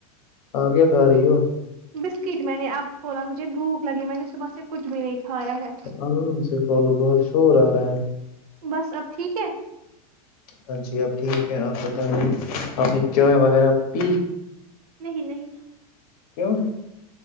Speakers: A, on the left; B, on the right.
A: آپ کیا کھا رہی ہو
B: بسکٹ میں نے آپ کھولا مجھے بھوک لگی میں نے صبح سے کچھ بھی نہیں کھایا ہے
A: آرام سے فول بہت شور آ رہا ہے
B: بس اب ٹھیک ہے
A: اں جی آب ٹھیک ہے آپ بت دیں آپ نے چائے وغیرہ پی
B: نہیں نہیں
A: پکوں